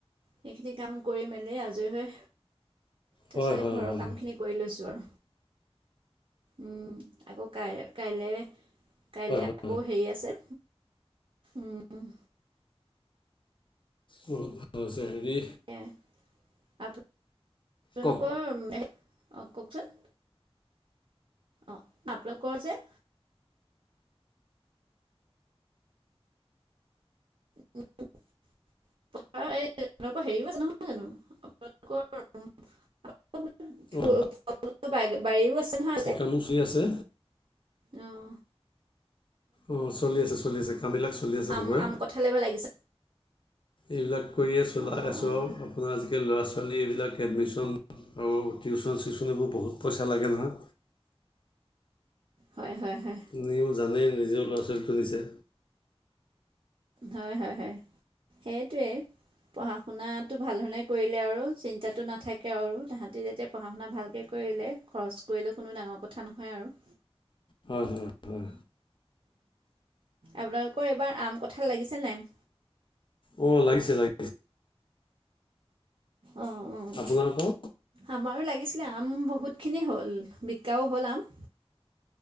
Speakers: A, on the right; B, on the left.
A: সেইখিনি কাম কৰি মেলি আজৰি হৈ, তাৰপিছক
B: হয় হয় হয়
A: ঘৰৰ-
B: হয় হয়
A: খিনি কৰি লৈছো আৰু, উম আকৌ কাই কাইলৈ- কাইলে
B: হয়
A: আকৌ হেৰি আছে, উম।
B: বহুত ভাল হৈছে হেৰি।
A: তাকে আপোনালোকৰ,
B: কওক
A: অঁহ কওকচোন? অ আপোনালোকৰ যে- উম। পথাৰ এই আপোনালোকৰ হেৰি আছে নহয় জানো, আপোনালোকৰ-
B: অঁ
A: <unintelligible> বাৰীও আছে নহয়,
B: কামো চলি আছে
A: অহ।
B: অঁহ চলি আছে চলি আছে কামবিলাক চলি আছে
A: আম
B: চবৰে,
A: আম কঁঠাল এইবাৰ লাগিছে
B: এইবিলাক- কৰিয়ে চলাই
A: অঁ
B: আছোঁ
A: অঁ
B: আৰু আপোনাৰ আজিকালি ল'ৰা ছোৱালী এইবিলাক- এডমিশ্যন আৰু টিউচন চিউচন এইবোৰ বহুত পইচা লাগে নহয়।
A: হয় হয় হয়।
B: নিজেও জানেই নিজৰ ল'ৰা ছোৱালী তুলিছে।
A: হয় হয় হয়, সেইটোৱে। পঢ়া শুনাটো ভাল ধৰণে কৰিলে আৰু চিন্তাটো নাথাকে আৰু তাহাঁতি যেতিয়া পঢ়া শুনা ভালকে - কৰিলে খৰচ কৰিলেও কোনো ডাঙৰ কথা নহয় আৰু।
B: হয় হয়। হয়।
A: আপোনালোকৰ এইবাৰ আম কঁঠাল লাগিছে নাই?
B: অ' লাগিছে লাগি
A: অ', অ'।
B: আপোনালোকৰ
A: আমাৰো লাগিছিলে, আম বহুতখিনি হ'ল বিকাও হ'ল আম।